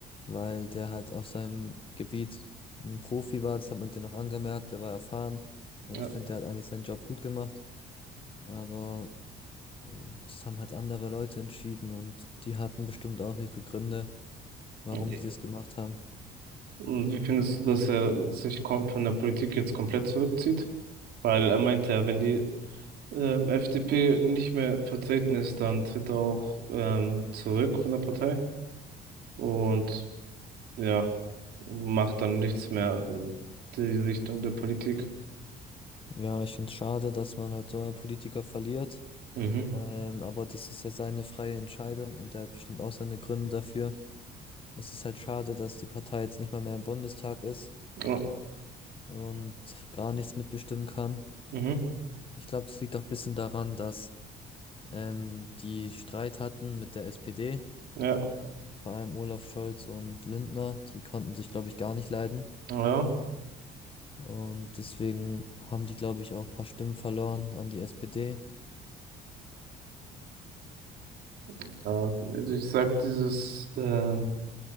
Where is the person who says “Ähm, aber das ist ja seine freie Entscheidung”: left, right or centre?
Left